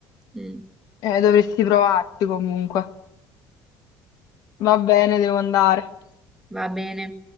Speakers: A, in the centre; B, on the left (about 65°).
A: Mm,
B: Eh, dovresti provarti comunque. Va bene, devo andare.
A: va bene.